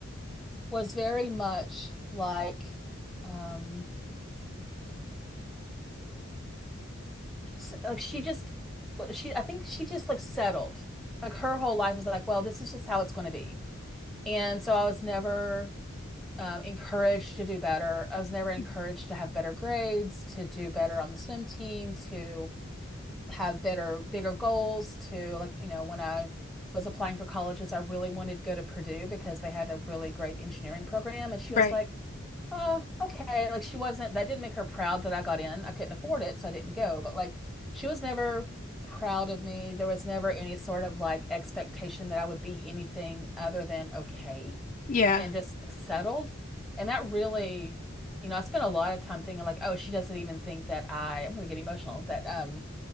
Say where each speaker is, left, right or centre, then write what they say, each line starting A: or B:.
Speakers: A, in the centre; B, on the left.
A: was very much like, um, s- like she just, well, she, I think she just like settled. Like her whole life was like, well, this is just how it's going to be. And so I was never um, encouraged to do better. I was never encouraged
B: Mhm.
A: to have better grades, to do better on the swim team, to have better, bigger goals, to like, you know, when I was applying for colleges, I really wanted to go to Purdue because they had a really great engineering program. And she
B: Right.
A: was like, oh, okay. Like, she wasn't, that didn't make her proud that I got in. I couldn't afford it, so I didn't go. But like, she was never proud of me. There was never any sort of like expectation that I would be anything other than okay
B: Yeah.
A: and just like, settled. And that really, you know, I spent a lot of time thinking like, oh, she doesn't even think that I, I'm gonna get emotional, that um